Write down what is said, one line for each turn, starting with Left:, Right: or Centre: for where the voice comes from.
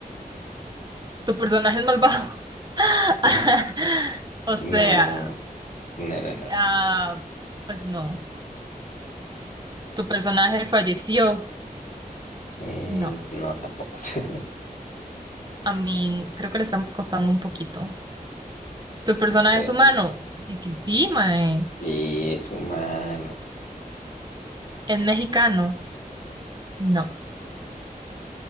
Right: tu personaje es malvado. <laughs>
Left: ujú,
Right: O
Left: no,
Right: sea,
Left: no, no, no, no,
Right: ah, pues no, tu personaje falleció.
Left: eh,
Right: No,
Left: no tampoco. <laughs>
Right: a mí creo que le están costando un poquito. ¿Tu personaje
Left: Pues,
Right: es humano? Y que sí, mae.
Left: y es humano.
Right: ¿Es mexicano? No.